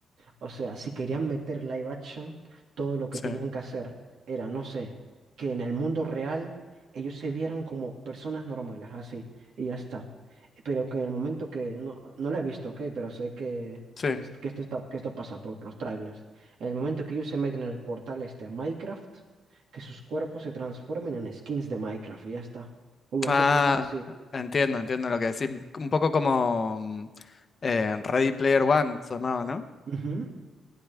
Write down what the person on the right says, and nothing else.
O sea, si querían meter live action, todo lo que
tenían que hacer era, no sé, que en el mundo real ellos se vieran como personas normales, así, y ya está. Pero que en el momento que, no, no lo he visto, ok, pero sé que,
que, es- que esto está, que esto pasa por los trailers. En el momento que ellos se meten en el portal este a Minecraft, que sus cuerpos se transformen en skins de Minecraft, y ya está. Hubiera
estado mejor así.
Ujú,